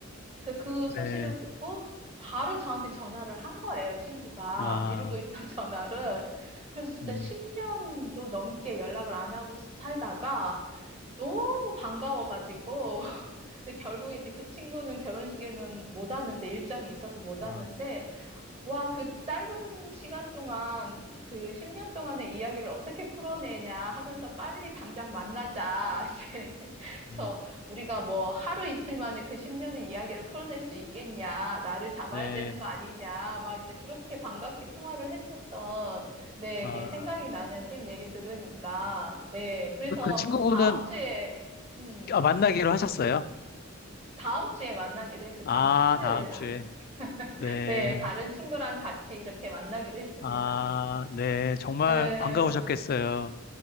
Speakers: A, on the right; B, on the left.
A: 그, 그
B: 네.
A: 소식을 듣고 바로 저한테 전화를 한 거예요, 친구가.
B: 아,
A: 미루고 있던 <laughs> 전화를. 그래서 진짜
B: 음.
A: 10년도 넘게 연락을 안 하고 살다가 너무 반가워가지고. <laughs> 근데 결국에 이제 그 친구는 결혼식에는 못 왔는데, 일정이 있어서 못
B: 아,
A: 왔는데, 와, 그 짧은 시간 동안 그 10년 동안의 이야기를 어떻게 풀어내냐 하면서 빨리 당장 만나자. <laughs> 이제 그래서
B: 음.
A: 우리가 뭐 하루 이틀 만에 그 10년의 이야기를 풀어낼 수 있겠냐. 나를 잡아야
B: 네.
A: 되는 거 아니냐. 막 이제 그렇게 반갑게 통화를 했었던, 네,
B: 아,
A: 이게 생각이 나네요. 선생님 얘기를 들으니까. 네. 그래서
B: 그 친구분은
A: 다음 주에, 음,
B: 아, 만나기로 하셨어요?
A: 다음 주에 만나기로 했어요.
B: 아,
A: 다음 주 토요일
B: 다음
A: 날.
B: 주에.
A: <laughs>
B: 네.
A: 네, 다른 친구랑 같이 이렇게 만나기로 했습니다.
B: 아, 네. 정말
A: 에,
B: 반가우셨겠어요.